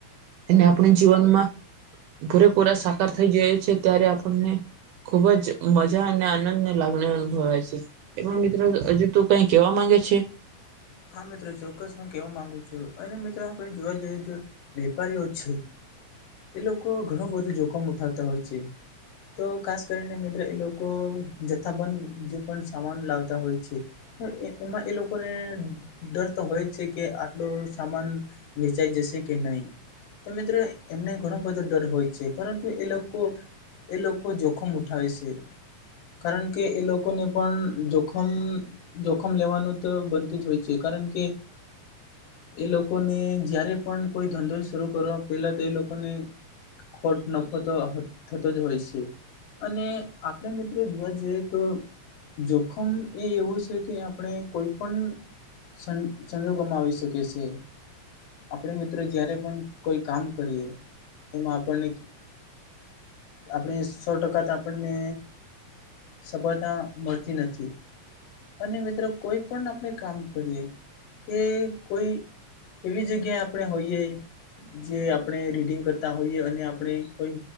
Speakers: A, on the right; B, on the left.
A: અને આપણે જીવનમાં પૂરેપૂરા સાકાર થઈ જઈ છે ત્યારે આપણને ખુબ જ મજા અને આનંદ ને લાગણી અનુભવાય છે એમાં મિત્રો હજુ તો કઈ કેવા માંગે છે.
B: હા મિત્ર ચોક્કસ હું કેવવા માંગુ છું અને મિત્રો આપણે જોવા જઈએ તો વેપારીઓ છે એ લોકો ઘણું બધું જોખમ ઉઠાવતા હોય છે. તો ખાસ કરીને મિત્ર એ લોકો જથ્થાબંધ જે પણ સામાન લાવતા હોય છે. તો એકમાં એ લોકોને ડર તો હોય જ છે કે આટલો સામાન વેચાઈ જશે કે નહી. તો મિત્રો એમને ઘણો બધો ડર હોય છે પરંતુ એ લોકો એ લોકો જોખમ ઉઠાવે સે. કારણ કે એ લોકોને પણ જોખમ જોખમ લેવાનું તો બનતું જ હોય જે કારણ કે. એ લોકોને જયારે પણ કોઈ ધંધો શરૂ કરવા પેલા તો એ લોકોને ખોટ નફો તો થતો જ હોય છે. અને આપણે મિત્ર જોવા જઈએ તો જોખમ એ એવું છે કે આપણે કોઈ પણ સં સંજોગોમાં આવી શકે છે. આપણે મિત્ર જયારે પણ કોઈ કામ કરીએ એમાં આપણને આપણે સો ટકા તો આપણને સફળતા મળતી નથી અને મિત્રો કોઈ પણ આપણે કામ કરીએ કે કોઈ એવી જગ્યા આપણે હોઈએ. જે આપણે રીડિંગ કરતા હોઈએ અને આપણે કોઈ